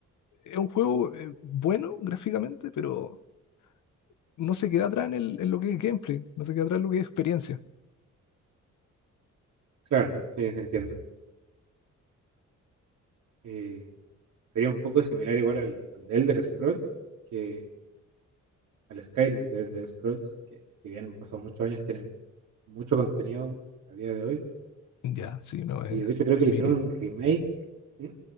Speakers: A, on the left; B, on the right.
A: es un juego eh, bueno gráficamente, pero no se queda atrás en, el- en lo que es gameplay, no se queda atrás en lo que es experiencia.
B: claro, sí, sí entiendo. Eh, sería un poco similar igual al, al de Elder Scrolls, que al Skyrim de Elder Scrolls, que si bien han pasado muchos años, tiene mucho contenido a día de hoy.
A: Ya, sí, no, es,
B: Y de hecho creo
A: es
B: que le
A: mítico.
B: hicieron un remake, ¿sí? creo